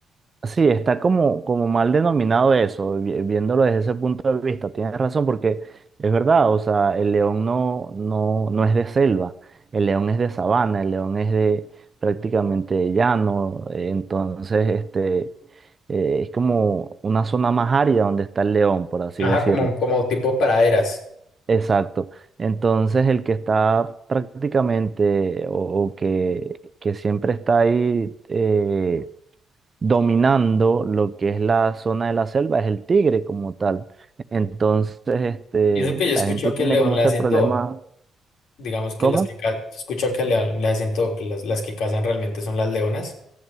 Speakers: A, on the right; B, on the left.
A: Sí, está como, como mal denominado eso, vi- viéndolo desde ese punto de vista. Tienes razón, porque es verdad, o sea, el león no, no, no es de selva, el león es de sabana, el león es de prácticamente llano, eh, entonces este, eh, es como una zona más árida donde está el león, por así
B: Ajá,
A: decirlo.
B: como, como tipo praderas.
A: Exacto. Entonces el que está prácticamente o, o que, que siempre está ahí, eh, dominando lo que es la zona de la selva, es el tigre como tal. Entonces, este,
B: Y eso que yo
A: la
B: escucho
A: gente
B: que
A: tiene
B: el león
A: como
B: le
A: ese
B: hacen
A: problema.
B: todo. Digamos que
A: ¿Cómo?
B: las que ca- yo escucho que el león le hacen todo, que las, las que cazan realmente son las leonas.